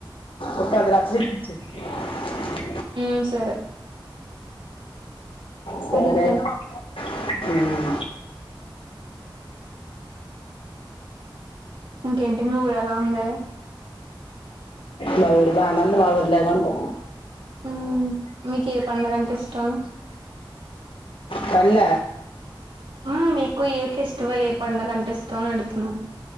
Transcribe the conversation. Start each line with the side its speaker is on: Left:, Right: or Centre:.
Left: ఒ పది లచ్చలు ఇప్పిచే <unintelligible>
Right: ఉ సరే
Left: సరే
Right: అడుగుతాను
Left: అయితే <unintelligible> ఊ
Right: ఇంకేంటి ఊరు ఎలా ఉందే?
Left: మా ఊరు బానుంది మా ఊర్ లాగా ఉంది.
Right: ఊ మీకు ఏ పండగంటే ఇష్టం.
Left: పల్ల
Right: ఊ మీకు ఏపిస్త ఫెస్టివల్ ఏ పండగ అంటే ఇష్టంని అడుతున్నాం.